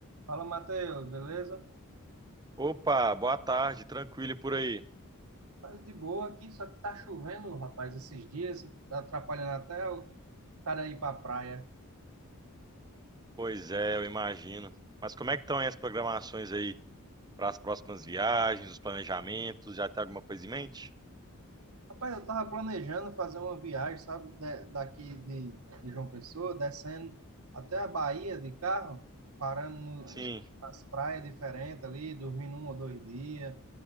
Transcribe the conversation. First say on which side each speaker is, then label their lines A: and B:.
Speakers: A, on the right; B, on the right.
A: Fala, Matheus, beleza?
B: Opa, boa tarde, tranquilo e por aí?
A: Mas de boa aqui, só que tá chovendo, rapaz, esses dias, tá atrapalhando até o cara ir pra praia.
B: Pois é, eu imagino. Mas como é que estão aí as programações aí para as próximas viagens, os planejamentos? Já tem alguma coisa em mente?
A: Rapaz, eu tava planejando fazer uma viagem, sabe, da- daqui de, de João Pessoa, descendo até a Bahia de carro, parando no-
B: Sim,
A: nas praias diferentes ali, dormindo um ou dois dias. O